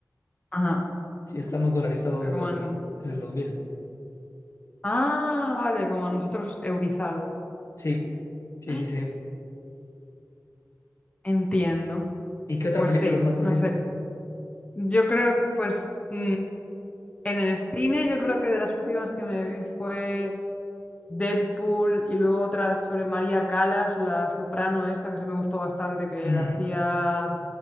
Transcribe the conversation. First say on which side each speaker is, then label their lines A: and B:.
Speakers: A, on the left; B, on the left.
A: Ajá.
B: Sí, estamos dolarizados
A: pero
B: desde
A: Como
B: el,
A: en...
B: desde el dos mil
A: Ah, vale, como nosotros eurizados.
B: Sí, sí,
A: <gasps>
B: sí, sí.
A: Entiendo.
B: ¿Y qué otra
A: Pues
B: película
A: sí,
B: más te
A: no
B: has visto?
A: sé. Yo creo, pues, mm, en el cine, yo creo que de las últimas que me vi fue... Deadpool y luego otra sobre María Calas, la soprano esta, que se me gustó bastante, que
B: Mm,
A: la hacía